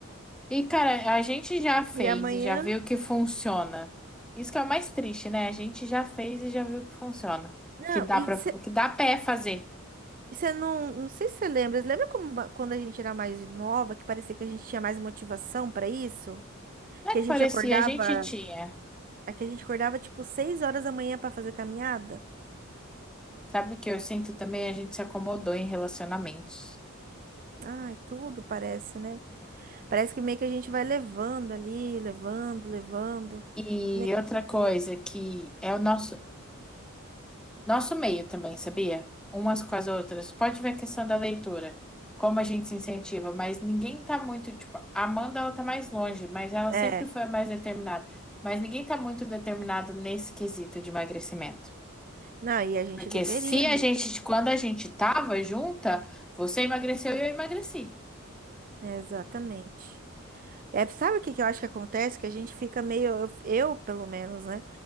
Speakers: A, in the centre; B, on the right.
A: E, cara, a gente já fez
B: e amanhã.
A: e já viu que funciona. Isso que é o mais triste, né? A gente já fez e já viu que funciona.
B: Não,
A: Que dá
B: e,
A: para, que dá pé fazer.
B: Você não, não sei se você lembra, você lembra como ba- quando a gente era mais nova, que parecia que a gente tinha mais motivação pra isso?
A: Não
B: Que
A: é que
B: a gente
A: parecia,
B: acordava,
A: a gente tinha.
B: é que a gente acordava tipo seis horas da manhã pra fazer caminhada?
A: Sabe o que eu sinto também? A gente se acomodou em relacionamentos.
B: Ai, tudo parece, né? Parece que meio que a gente vai levando ali, levando, levando,
A: E
B: meio
A: outra
B: que tudo.
A: coisa que é o nosso, nosso meio também, sabia? Umas com as outras. Pode ver a questão da leitura, como a gente se incentiva, mas ninguém tá muito, tipo, a Amanda, ela tá mais longe, mas ela
B: É,
A: sempre foi a mais determinada. Mas ninguém tá muito determinado nesse quesito de emagrecimento.
B: não, e a gente
A: Porque
B: deveria,
A: se
B: né?
A: a gente, quando a gente tava junta, você emagreceu e eu emagreci.
B: Exatamente. É, sabe o que que eu acho que acontece? Que a gente fica meio, eu, eu, pelo menos, né?